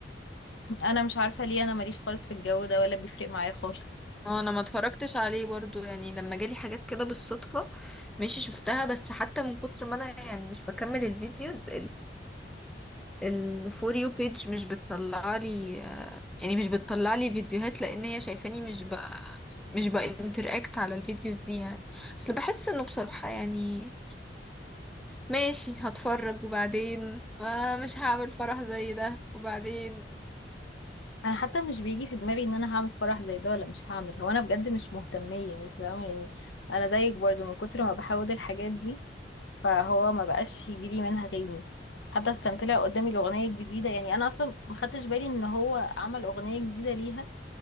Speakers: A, on the left; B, in the centre.
A: انا مش عارفه ليه انا ماليش خالص في الجو ده ولا بيفرق معايا خالص
B: اه انا ما اتفرجتش عليه برضو يعني لما جالي حاجات كده بالصدفة ماشي شفتها بس حتى من كتر ما انا يعني مش بكمل الفيديوز الفور يو بيج مش بتطلع لي يعني مش بتطلع لي فيديوهات لان هي شايفاني مش ب مش بانتراكت على الفيديوز دي يعني اصل بحس انه بصراحة يعني ماشي هتفرج وبعدين آه، مش هعمل فرح زي ده وبعدين
A: انا حتى مش بيجي في دماغي ان انا هعمل فرح زي ده ولا مش هعمل هو انا بجد مش مهتميه انت فاهمه يعني انا زيك برضو من كتر ما بحاول الحاجات دي فهو ما بقاش يجيلي منها تاني حتى كان طلع قدامي الأغنية الجديدة يعني أنا أصلا ما خدتش بالي إن هو عمل أغنية جديدة ليها